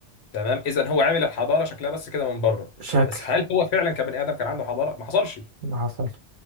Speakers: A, on the left; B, on the right.
A: تمام اذا هو عامل الحضاره شكلها بس كده من بره
B: شكل
A: بس هل هو فعلا كبني ادم كان عنده حضاره ما حصلش
B: اللي حصل